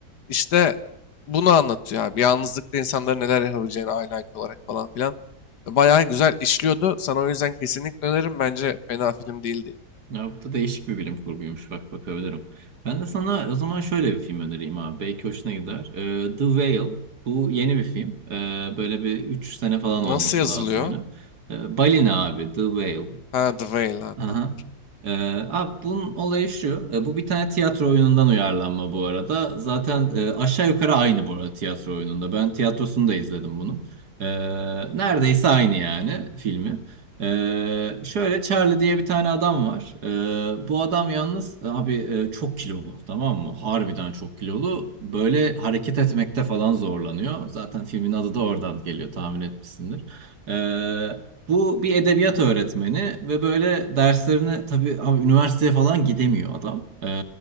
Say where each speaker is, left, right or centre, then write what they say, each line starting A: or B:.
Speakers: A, on the left; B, on the right.
A: İşte bunu anlatıyor abi. Yalnızlıkta insanların neler yapabileceğini aile IQ olarak falan filan. Bayağı güzel işliyordu. Sana o yüzden kesinlikle öneririm. Bence fena film değildi.
B: Ya bu da değişik bir bilim kurguymuş. Bak bakabilirim. Ben de sana o zaman şöyle bir film önereyim abi. Belki hoşuna gider. Ee, The Whale. Bu yeni bir film. Ee, böyle bir 3 sene falan olması
A: Nasıl yazılıyor?
B: lazım yine. Ee, Balina abi. The Whale.
A: Ha The Whale ha
B: Aha.
A: tamam.
B: Ee, abi bunun olayı şu. Ee, bu bir tane tiyatro oyunundan uyarlanma bu arada. Zaten e, aşağı yukarı aynı bu arada tiyatro oyununda. Ben tiyatrosunu da izledim bunun. Ee, neredeyse aynı yani filmi. Ee, şöyle Charlie diye bir tane adam var. Ee, bu adam yalnız e, abi e, çok kilolu tamam mı? Harbiden çok kilolu. Böyle hareket etmekte falan zorlanıyor. Zaten filmin adı da oradan geliyor tahmin etmişsindir. Ee, bu bir edebiyat öğretmeni ve böyle derslerine tabii abi üniversiteye falan gidemiyor adam. Ee,